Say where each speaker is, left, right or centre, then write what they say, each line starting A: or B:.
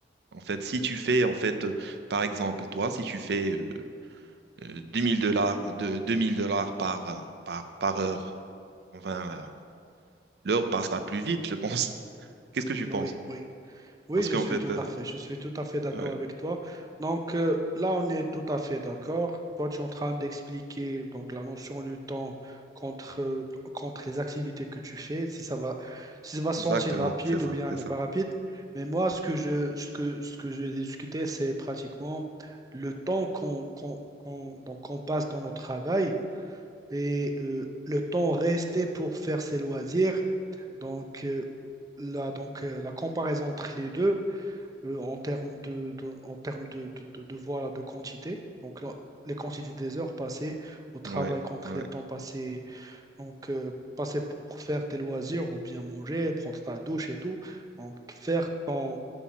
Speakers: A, on the right; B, on the right.
A: en fait, si tu fais, en fait, euh, par exemple, toi, si tu fais euh, euh, 2000 dollars, de 2000 dollars par, euh, par, par heure. Enfin, euh, l'heure passera plus vite, je pense. <laughs> Qu'est-ce que tu
B: oui,
A: penses?
B: oui, Oui,
A: Parce
B: je
A: qu'en
B: suis
A: fait,
B: tout
A: euh,
B: à fait, je suis tout à fait d'accord
A: ouais,
B: avec toi. Donc euh, là, on est tout à fait d'accord. Toi, tu es en train d'expliquer donc la notion du temps contre, euh, contre les activités que tu fais, si ça va, si ça va se
A: exactement,
B: sentir rapide
A: c'est ça,
B: ou bien
A: c'est
B: non
A: ça.
B: pas rapide. Mais moi, ce que je, ce que, ce que j'ai discuté, c'est pratiquement le temps qu'on qu'on, qu'on- donc qu'on passe dans notre travail et euh, le temps resté pour faire ses loisirs. Donc euh, là, donc euh, la comparaison entre les deux euh, en termes de, de- en termes de, de, de, de, voilà, de quantité. Donc, là, les quantités des heures passées au travail
A: Ouais,
B: contre
A: ouais.
B: les temps passés, donc euh, passer pour faire tes loisirs ou bien manger, prendre ta douche et tout. Donc, faire ton,